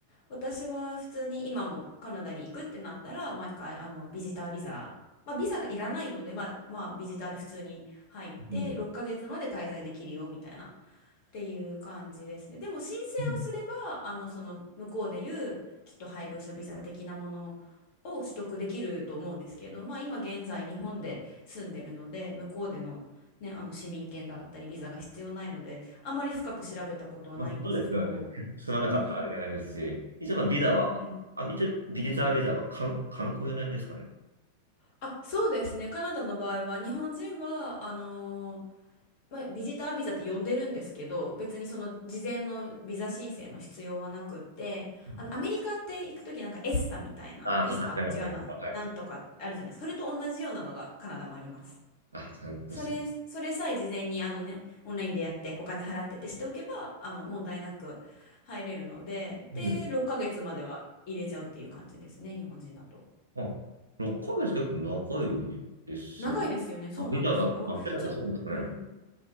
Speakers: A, on the left; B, on the right.
A: 私は普通に今もカナダに行くってなったら、毎回、あの、ビジタービザ、まあ、ビザがいらないので、まあ、まあ、ビジターで普通に入って、
B: うん。
A: 6ヶ月まで滞在できるよ、みたいなっていう感じですね。でも申請をすれば、
B: うん
A: あの、その向こうでいうきっと配偶者ビザ的なものを取得できると思うんですけど、まあ今現在日本で住んでるので、向こうでのね、あの市民権だったりビザが必要ないので、あまり深く調べたことはないんですけど。
B: まあ、そうですよね。<laughs> 住まなかったらいけないですし、
A: うん、
B: 一応、まあビザは、
A: うんうんうん。
B: あ、ビザ、ビザはビザは観、観光用なんですかね。
A: あ、そうですね。カナダの場合は、日本人は、あのまあ、ビジタービザって呼んでるんですけど、別にその事前のビザ申請の必要はなくって、
B: うん
A: あのアメリカって行くときなんかエスタみたいな、
B: ああ、
A: エスタ違うな、
B: かかってますね。はい。
A: なんとかあるじゃないですか。それと同じようなのがカナダもあります。
B: あ、ちゃんとする。
A: それ、それさえ事前にあのね、オンラインでやってお金払ってってしておけば、あの問題なく入れるので、で、
B: うん。
A: 6ヶ月までは入れちゃうっていう感じですね、日本人だと。
B: あ、6ヶ月結構長いですね。
A: 長いですよね、そうなんですよ。
B: あ、ビザだ、あ、
A: あ、
B: ビザだそうですかね。
A: ちょ、うん、